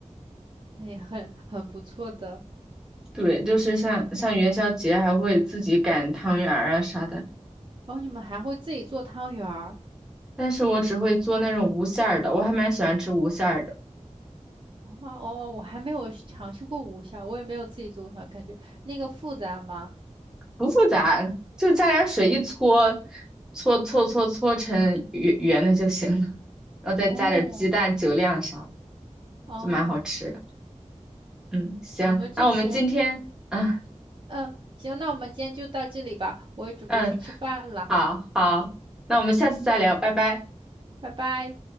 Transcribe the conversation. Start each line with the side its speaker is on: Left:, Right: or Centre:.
Right: 那也很很不错的。
Centre: 对，就是像像元宵节还会自己擀汤圆儿啊啥的，
Right: 哦，你们还会自己做汤圆儿。
Centre: 但是我只会做那种无馅儿的，我还蛮喜欢吃无馅儿的。
Right: 啊，哦，哦，我还没有是尝试过无效，我也没有自己做过它，感觉那个复杂吗？
Centre: 不复杂，就加点儿水一搓，搓搓搓搓成圆圆的就行了，然后再加点儿鸡蛋、
Right: 哦
Centre: 酒酿啥的，
Right: 哦，
Centre: 就蛮好吃的。嗯，行，
Right: 我们之前，
Centre: 那我们今天，
Right: 嗯
Centre: 啊，
Right: 嗯，行，那我们今天就到这里吧，我也准备去吃饭了，
Centre: 嗯，好好，那我们下次再聊，
Right: 嗯，
Centre: 拜拜。
Right: 拜拜。